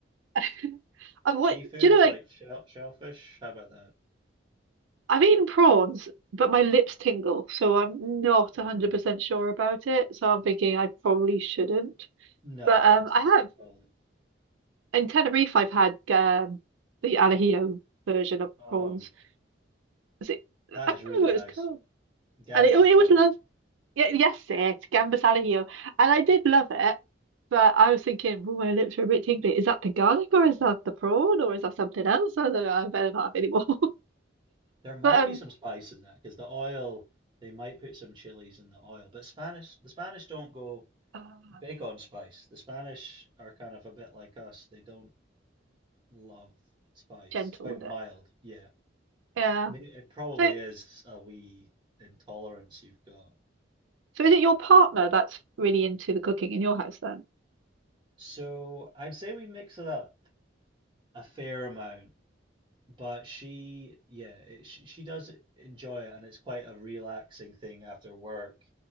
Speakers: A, on the right; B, on the right.
A: <laughs> I, what
B: Seafood,
A: do you know?
B: like
A: Like
B: shell, shellfish, how about that?
A: I've eaten prawns, but my lips tingle, so I'm not
B: Ooh.
A: 100% sure about it. So I'm thinking I probably shouldn't.
B: No,
A: But um,
B: that's
A: I have
B: probably,
A: in Tenerife. I've had um, the al version of
B: oh,
A: prawns. Is it- I
B: that is
A: can't
B: really
A: remember what
B: nice.
A: it was called,
B: Gambas,
A: and it it was
B: I think.
A: Yeah, yes, it Gambas al ajillo, and I did love it, but I was thinking, oh, my lips are a bit tingly. Is that the garlic or is that the prawn or is that something else? I don't know. I better not have any more. <laughs>
B: There might
A: But um,
B: be some spice in that because the oil, they might put some chilies in the oil, but Spanish, the Spanish don't go
A: ah,
B: big on spice. The Spanish are kind of a bit like us. They don't love spice.
A: gentle
B: It's quite
A: with
B: mild,
A: it.
B: yeah.
A: Yeah.
B: I mean, it probably
A: So,
B: is a wee intolerance you've got.
A: so is it your partner that's really into the cooking in your house then?
B: So I'd say we mix it up a fair amount, but she, yeah, it, she, she does enjoy it, and it's quite a relaxing thing after work.